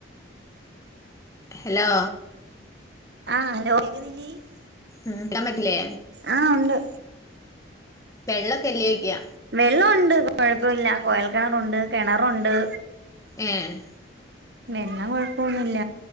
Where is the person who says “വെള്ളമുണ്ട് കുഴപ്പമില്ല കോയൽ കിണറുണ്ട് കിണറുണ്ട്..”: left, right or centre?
Right